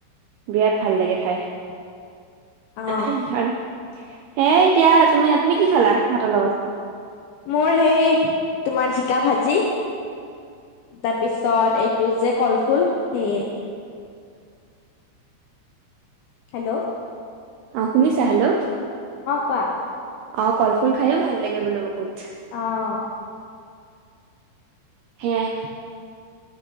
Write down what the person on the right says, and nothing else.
বিৰাট ভাল লাগে খাই <inaudible>
হয় <inaudible> হেই এতিয়া তুমি তুমি কি খালা ভাতৰ লগত
অ' শুনিছা হেল্লো''
অ' কল ফুল খায়ও ভাল লাগে বোলো বহুত
সেয়াই